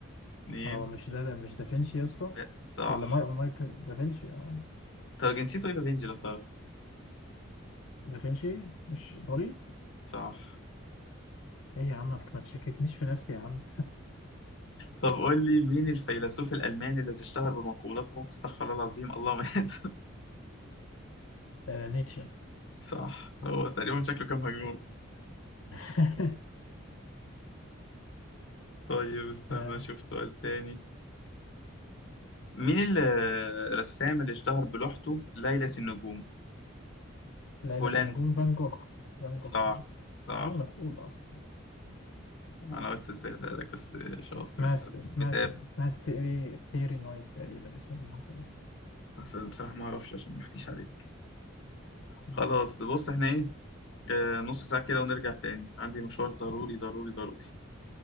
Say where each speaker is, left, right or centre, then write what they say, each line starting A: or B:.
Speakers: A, on the left (about 65°); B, on the left (about 85°).
A: اتنين
B: هو مش ده مش دافنشي يا اسطى
A: تلاتة. صح
B: ولا ماي... مايكل دافنشي اه
A: طب جنسيته إيه ده فينجي لو تعرف
B: دافنشي مش إيطالي
A: صح
B: ايه يا عم ما تشككنيش في نفسي يا عم
A: طب قول لي مين الفيلسوف الألماني الذي اشتهر بمقولته استغفر الله العظيم الله مات
B: آه نيتشه
A: <laughs> صح هو تقريبا شكله كان مجنون
B: <laughs>
A: طيب استنى
B: آه
A: اشوف سؤال تاني مين ال- الرسام اللي اشتهر بلوحته ليلة النجوم
B: ليلة
A: هولندي
B: النجوم فان جوخ فان
A: صح
B: جوخ من
A: صح
B: غير ما تقول أصلا
A: انا قلت ازاي ده لك بس شاطر
B: اسمها
A: انت
B: اسمها
A: متابع
B: اسمها ستيري ستيري نايت تقريبا اسمها كده
A: بس بصراحة ما اعرفش عشان ما افتيش عليك
B: مم.
A: خلاص بص احنا ايه آه، نص ساعة كده ونرجع تاني عندي مشوار ضروري ضروري ضروري